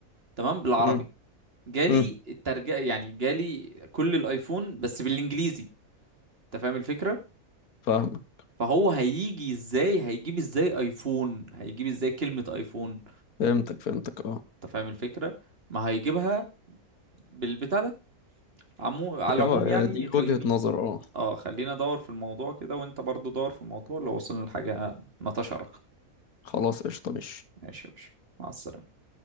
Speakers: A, on the right; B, on the left.
A: تمام بالعربي
B: امم
A: جالي
B: امم
A: الترجمة يعني جالي كل الايفون بس بالانجليزي انت فاهم الفكرة
B: فاهمك
A: فهو هيجي ازاي هيجيب ازاي ايفون هيجيب ازاي كلمة ايفون
B: فهمتك فهمتك اه
A: انت فاهم الفكرة ما هيجيبها بالبتاع ده عمو... على
B: هي
A: العموم
B: اه
A: يعني
B: دي
A: خليني
B: وجهة نظر اه
A: اه خلينا ادور في الموضوع كده وانت برضو دور في الموضوع لو وصلنا لحاجة نتشارك
B: خلاص قشطة ماشي
A: ماشي يا باشا مع السلامة